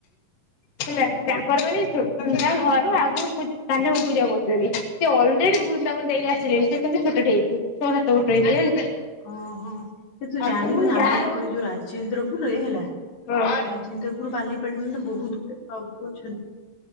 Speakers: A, on the left (about 50°); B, on the left (about 80°).
A: ହେଲା ତାଙ୍କର ମାନେ ଛୋଟ
B: ହୁଁ।
A: ପିଲା ଘରୁ ଆଗରୁ କା୍ନାକୁ ପୂଜା କରୁଛନ୍ତି ସେ ଅଲରେଡି ବୃନ୍ଦାବନ ଯକ ଆସିଲେଣି ସେନ୍ତୁ ଛୋଟ ହେଇଥିଲେ ଛଅ ସାତ ବର୍ଟ ହେଇଥିଲେ। ମୁଁ
B: ଓହୋ କି ତୁ ଜାଣିଛୁ
A: କହିଲି
B: ନା
A: ଯାହା
B: ଆମ ଏକରି
A: ହଉ
B: ଯୋଉ ଇନ୍ଦ୍ରପୁରରେ ଯାଇହେଲା।
A: ହଁ
B: ରାଜେନ୍ଦ୍ରପୁର ବାଲିପାଟା ବହୁତ ଗୁ <unintelligible> ଅଛନ୍ତି